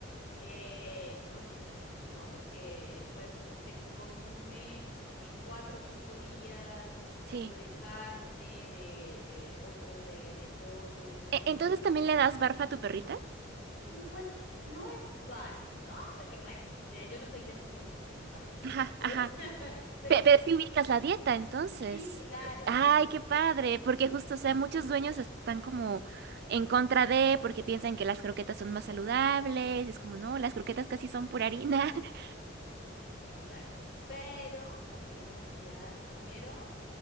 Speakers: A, on the left; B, on the right.
A: eh, costosísimo, ¿no? Porque pues se consume en cuatro o cinco días un kilo
B: Sí.
A: de carne, de eh, otro de, de pollo, de menudencias.
B: E- entonces, ¿también
A: eh.
B: le das barfa a tu perrita?
A: Mm, Pues no es barf, ¿no? Porque bueno, ya yo no soy la experta en barf.
B: Ajá,
A: Por-
B: ajá.
A: <laughs> Pero
B: Pe- pero
A: eh,
B: si ubicas la dieta, entonces.
A: sí, claro,
B: Ay,
A: sí, sí,
B: qué
A: sí,
B: padre,
A: sí,
B: porque
A: sí,
B: justo,
A: sí.
B: o sea, muchos dueños están como en contra de, porque piensan que las croquetas son más saludables, y es como, no, las croquetas casi son pura harina. <laughs>
A: Exacto, exacto. Pero la comida natural, primero.